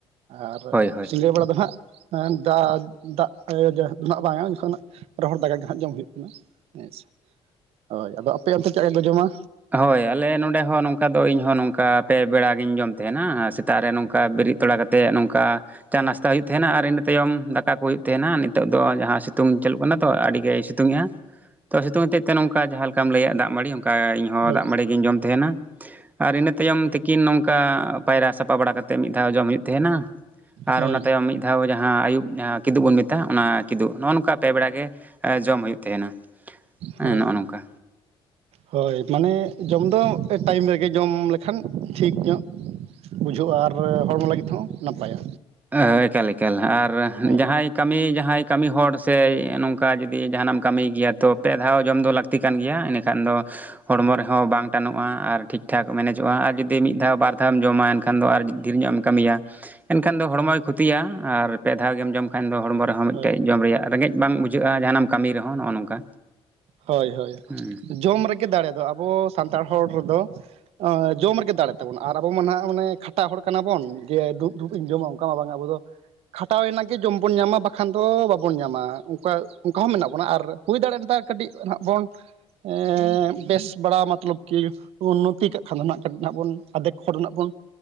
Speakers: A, on the right (about 75°); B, on the right (about 15°).
A: ᱟᱨ
B: ᱦᱳᱭ ᱦᱳᱭ
A: ᱥᱤᱸᱜᱟᱹᱲ ᱵᱮᱲᱟ ᱫᱚ ᱦᱟᱸᱜᱼᱼ ᱫᱟᱜ, ᱫᱟᱜ ᱮ <unintelligible> ᱨᱚᱦᱚᱲ ᱫᱟᱜᱟ ᱜᱮ ᱦᱟᱸᱜ ᱡᱚᱢ ᱦᱩᱭᱩᱜ ᱠᱟᱱᱟ ᱾ ᱦᱮᱸ ᱥᱮ ᱦᱳᱭ ᱟᱫᱚ ᱟᱯᱮ ᱚᱱᱛᱮ ᱪᱮᱫ ᱞᱮᱠᱟ ᱠᱚ ᱡᱚᱢᱟ
B: ᱦᱳᱭ ᱟᱞᱮ ᱱᱚᱸᱰᱮ ᱦᱚᱸ ᱱᱚᱝᱠᱟ ᱫᱚ ᱤᱧ ᱦᱚᱸ ᱱᱚᱝᱠᱟ ᱯᱮ ᱵᱮᱲᱟᱜᱤᱧ ᱡᱚᱢ ᱛᱟᱸᱦᱮᱱᱟ ᱥᱮᱛᱟᱜ ᱨᱮ ᱱᱚᱝᱠᱟ ᱵᱤᱨᱤᱫᱼᱼ ᱛᱷᱚᱲᱟ ᱠᱟᱛᱮᱫ ᱱᱚᱝᱠᱟᱼᱼ ᱪᱟ ᱱᱟᱥᱛᱟ ᱦᱩᱭᱩᱜ ᱛᱟᱦᱮᱱᱟ, ᱟᱨ ᱤᱱᱟᱹ ᱛᱟᱭᱚᱢ ᱫᱟᱠᱟ ᱠᱚ ᱦᱩᱭᱩᱜ ᱛᱟᱦᱮᱱᱟ, ᱱᱤᱛᱚᱜ ᱫᱚ ᱡᱟᱦᱟᱸ ᱥᱤᱛᱩᱝ ᱪᱟᱹᱞᱩᱜ ᱠᱟᱱᱟ ᱛᱚ ᱟᱹᱰᱤᱜᱮ ᱟᱭᱤᱥᱼᱼ ᱛᱩᱝ ᱮᱼᱟ, ᱛᱚ ᱥᱤᱛᱩᱝ ᱦᱚᱛᱮᱡ ᱛᱮ ᱱᱚᱝᱠᱟ ᱡᱟᱦᱟᱸ ᱞᱮᱠᱟᱢ ᱞᱟᱹᱭᱟ ᱫᱟᱜ ᱢᱟᱹᱲᱤ ᱚᱱᱠᱟ ᱤᱧᱚᱸ ᱞᱳᱞᱳ
A: ᱦᱳᱭ
B: ᱫᱟᱜ ᱢᱟᱹᱲᱤ ᱜᱤᱧ ᱡᱚᱢ ᱛᱮᱦᱮᱸᱱᱟ, ᱟᱨ ᱤᱱᱟᱹ ᱛᱟᱭᱚᱢ ᱛᱤᱠᱤᱱ ᱱᱚᱝᱠᱟ ᱯᱟᱭᱨᱟ ᱥᱟᱯᱟ ᱵᱟᱲᱟ ᱠᱟᱛ- ᱛᱮ ᱢᱤᱫ ᱫᱷᱟᱣ ᱡᱚᱢ ᱦᱳᱭᱳᱜ ᱛᱮᱦᱮᱸᱱᱟ ᱟᱨ
A: ᱦᱳᱭ
B: ᱚᱱᱟ ᱛᱟᱭᱚᱢ ᱢᱤᱫ ᱟᱵᱚ ᱡᱟᱦᱟᱸ ᱟᱹᱭᱩᱵ ᱡᱟᱦᱟᱸ ᱠᱤᱫᱩᱵ ᱵᱚᱱ ᱢᱮᱛᱟᱜᱼᱟ, ᱚᱱᱟ ᱠᱤᱫᱩᱜ, ᱱᱚᱜᱼᱚ ᱱᱚᱝᱠᱟ ᱯᱮ ᱵᱮᱲᱟ ᱜᱮ ᱡᱚᱢ ᱦᱩᱭᱩᱜ᱾ ᱠᱟᱱᱟ ᱛᱮᱦᱮᱱᱟ, ᱦᱮᱸ
A: ᱦᱳᱭ
B: ᱱᱚᱜᱼᱚ ᱱᱚᱝᱠᱟ᱾
A: ᱦᱳᱭ ᱢᱟᱱᱮ ᱡᱚᱢ ᱫᱚ ᱮ ᱴᱟᱹᱭᱤᱢ ᱨᱮᱜᱮ ᱡᱚᱢ ᱞᱮᱠᱷᱟᱱ ᱴᱷᱤᱠ ᱧᱚᱜ, ᱵᱩᱡᱷᱟᱹᱜᱼᱟ ᱟᱨ ᱦᱚᱲᱢᱚ ᱞᱟᱹᱜᱤᱫ ᱛᱮᱦᱚᱸ ᱱᱟᱯᱟᱭᱟ᱾
B: ᱮᱦᱚᱭ, ᱮᱠᱟᱞ ᱮᱠᱟᱞ ᱟᱨ
A: ᱦᱳᱭ
B: ᱡᱟᱦᱟᱸᱭ ᱠᱟᱹᱢᱤ ᱡᱟᱦᱟᱸᱭ ᱠᱟᱹᱢᱤ ᱦᱚᱲ ᱥᱮ ᱱᱚᱝᱠᱟ ᱡᱩᱫᱤ ᱡᱟᱦᱟᱸᱱᱟᱢ ᱠᱟᱹᱢᱤ ᱜᱮᱭᱟ ᱛᱚ ᱯᱮ ᱫᱷᱟᱣ ᱡᱚᱢ ᱫᱚ ᱞᱟᱹᱠᱛᱤ ᱠᱟᱱ ᱜᱮᱭᱟ, ᱤᱱᱟᱹᱠᱷᱟᱱ ᱫᱚ ᱦᱚᱲᱢᱚ ᱨᱮᱦᱚᱸ ᱵᱟᱝ ᱴᱟᱱᱚᱜᱼᱟ ᱟᱨ ᱴᱷᱤᱠ ᱴᱷᱟᱠ ᱢᱮᱱᱮᱡᱚᱜᱼᱟ ᱟᱨ ᱡᱩᱫᱤ ᱢᱤᱫ ᱫᱷᱟᱣ ᱵᱟᱨ ᱫᱷᱟᱣ ᱮᱢ ᱡᱚᱢᱟ ᱮᱱᱠᱷᱟ- ᱠᱷᱟᱱ ᱫᱚ ᱟᱨᱡ ᱰᱷᱤᱨ ᱧᱚᱜ ᱮᱢ ᱠᱟᱹᱢᱤᱭᱟ, ᱮᱠᱷᱟᱱ ᱮᱱᱠᱷᱟᱱ ᱫᱚ ᱦᱚᱲᱢᱚᱭ ᱠᱷᱩᱛᱤᱭᱟ ᱟᱨ ᱯᱮ ᱫᱷᱟᱣ ᱜᱮᱢ ᱡᱚᱢ ᱠᱷᱟᱱ ᱫᱚ ᱦᱚᱲᱢᱚ ᱨᱮᱦᱚᱸ ᱢᱤᱫᱴᱮᱡ
A: ᱦᱳᱭ
B: ᱡᱚᱢ ᱨᱮᱭᱟᱜ ᱨᱮᱸᱜᱮᱡ ᱵᱟᱝ ᱵᱩᱡᱷᱟᱹᱜᱼᱟ ᱡᱟᱦᱟᱸ ᱱᱟᱢ ᱠᱟᱹᱢᱤ ᱨᱮᱦᱚᱸ ᱱᱚᱜᱼᱚ ᱱᱚᱝᱠᱟ?
A: ᱦᱳᱭ ᱦᱳᱭ
B: ᱦᱩᱸ
A: ᱡᱚᱢ ᱨᱮᱜᱮ ᱫᱟᱲᱮ ᱫᱚ ᱟᱵᱚ ᱥᱟᱱᱛᱟᱲ ᱦᱚᱲ ᱨᱮᱫᱚ ᱚᱸ ᱡᱚᱢ ᱨᱮᱜᱮ ᱫᱟᱲᱮ ᱛᱟᱵᱚᱱ, ᱟᱨ ᱟᱵᱚ ᱢᱟ ᱱᱷᱟᱸᱜ ᱢᱟᱱᱮ ᱠᱷᱟᱴᱟᱜ ᱦᱚᱲ ᱠᱟᱱᱟ ᱵᱚᱱ, ᱜᱮ ᱫᱩᱵ ᱫᱩᱵ ᱤᱧ ᱡᱚᱢᱟ ᱩᱸ- ᱠᱟ ᱢᱟ ᱵᱟᱝ ᱟ, ᱟᱵᱚ ᱫᱚ ᱠᱷᱟᱴᱟᱣ ᱮᱱᱟᱝ ᱜᱮ ᱡᱚᱢ ᱵᱚᱱ ᱧᱟᱢᱟ, ᱵᱟᱠᱷᱟᱱ ᱫᱚ ᱵᱟᱵᱚᱱ ᱧᱟᱢᱟ, ᱚᱸᱠᱟ ᱚᱸᱠᱟ ᱦᱚᱸ ᱢᱮᱱᱟᱜ ᱵᱚᱱᱟ ᱟᱨ ᱦᱩᱭ ᱫᱟᱲᱮᱜᱼᱟ ᱢᱤᱫ ᱫᱷᱟᱣ ᱠᱟᱹᱴᱤᱡ ᱱᱟᱦᱜ ᱵᱚᱱ ᱮᱸ ᱵᱮᱥ ᱵᱟᱲᱟ ᱢᱚᱛᱞᱚᱵᱽ ᱠᱤ? ᱩᱱᱚᱛᱤ ᱠᱟᱜ ᱠᱷᱟᱱ ᱫᱚ ᱠᱟᱹᱴᱤᱡ ᱱᱟᱜ ᱵᱚᱱ ᱟᱫᱷᱮᱠ ᱦᱚᱲ ᱨᱮᱱᱟᱜ ᱵᱚᱱ